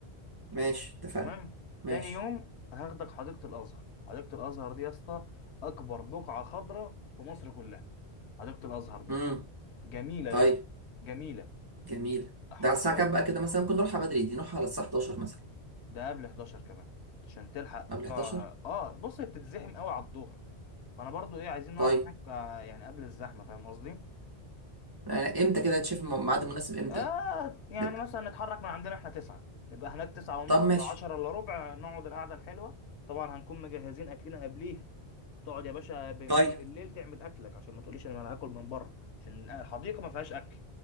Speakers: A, on the right; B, on the left.
A: ماشي اتفقنا
B: تمام
A: ماشي
B: تاني يوم هاخدك حديقة الازهر حديقة الازهر دي يا اسطى اكبر بقعة خضراء في مصر كلها حديقة الازهر دي
A: امم
B: جميلة يا
A: طيب
B: اسطى جميلة
A: جميل
B: حرفيا
A: ده على الساعة كام بقى كده مثلا ممكن نروحها بدري دي نروحها على الساعة 11 مثلا
B: ده قبل 11 كمان عشان تلحق
A: قبل
B: تقع-
A: 11
B: اه بص هي بتتزحم قوي على الظهر فانا برضو ايه عايزين نقعد
A: طيب
B: هناك آه، يعني قبل الزحمه فاهم قصدي
A: يعني امتى كده تشوف الميعاد المناسب امتى
B: آه يعني
A: لا.
B: مثلا نتحرك من عندنا احنا تسعة نبقى هناك تسعة ونص
A: طب ماشي
B: عشرة إلا ربع نقعد القعدة الحلوة طبعا هنكون مجهزين أكلنا قبليها تقعد يا باشا ب- من
A: طيب
B: بالليل تعمل أكلك عشان ما تقوليش إن أنا هاكل من بره عشان الحديقة ما فيهاش أكل